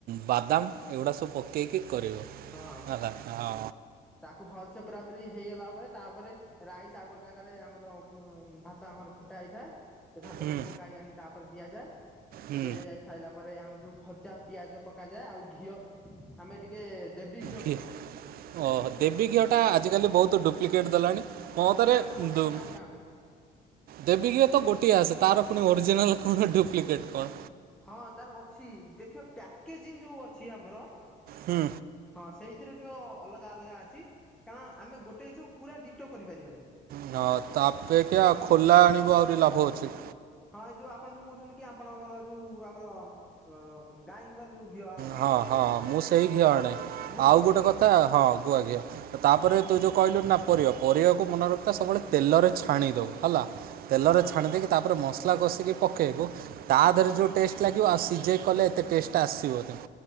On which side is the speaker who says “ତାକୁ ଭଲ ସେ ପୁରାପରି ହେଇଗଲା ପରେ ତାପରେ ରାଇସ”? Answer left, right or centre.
Centre